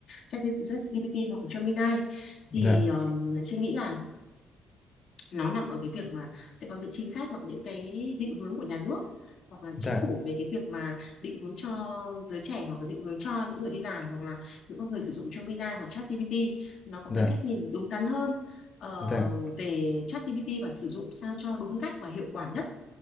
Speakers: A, on the left; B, on the left.
A: ChatGPT hoặc là Gemini
B: dạ,
A: thì um, chị nghĩ là nó nằm ở cái việc mà sẽ có những chính sách hoặc những cái định hướng của nhà nước hoặc là
B: dạ,
A: chính phủ về cái việc mà định hướng cho giới trẻ hoặc là định hướng cho những người đi làm hoặc là những con người sử dụng Gemini hoặc ChatGPT nó có
B: dạ,
A: cái cách nhìn đúng đắn hơn ờ,
B: dạ,
A: về ChatGPT và sử dụng sao cho đúng cách và hiệu quả nhất